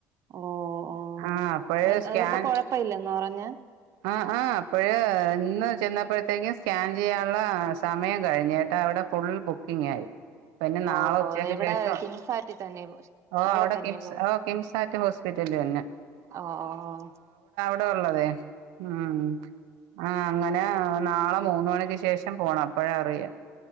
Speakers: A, on the right; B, on the right.
A: ഓ ഓ
B: ആഹ് അപ്പഴ്
A: അത്
B: സ്കാൻ
A: അതപ്പൊ കൊഴപ്പയില്ലെന്ന് പറഞ്ഞ്
B: ആഹ് ആഹ് അപ്പഴ് ഇന്ന് ചെന്നപ്പോഴത്തേക്കും സ്കാൻ ചെയ്യാനുള്ള സമയം കഴിഞ്ഞ്ട്ടാ അവിടെ ഫുൾ ബുക്കിങ്ങ് ആയി <inaudible> പിന്നെ നാളെ
A: ഓ
B: ഉച്ചയ്ക്ക്
A: ഓ എവിടെ
B: ശേഷം
A: കിംസാറ്റി തന്നെ
B: ഓ അവിടെ
A: തന്നെ
B: കിം
A: പോയി
B: ഓ കിംസാറ്റ് ഹോസ ഹോസ്പിറ്റൽ തന്നെ
A: ആഹ്‌
B: ഇപ്പോ ഉള്ളത് ഉം ആഹ് അങ്ങനെ
A: ഓ
B: നാളെ മൂന്ന് മണിക്ക് ശേഷം പോണം അപ്പോഴ അറിയാം